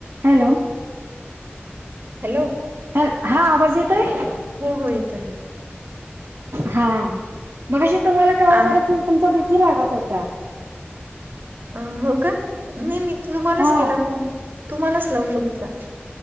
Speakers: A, on the right; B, on the right.
A: Hello.
B: Hello.
A: हॅ, हा आवाज येत आहे?
B: हो-हो येत आहे.
A: हा, मघाशी तुम्हाला कॉल
B: आ
A: करत होते, तुमचा बिझी लागत होता.
B: अं.. हो का? नाही मी तुम्हालाच
A: हा
B: केला फोन, तुम्हालाच लावून बघितला.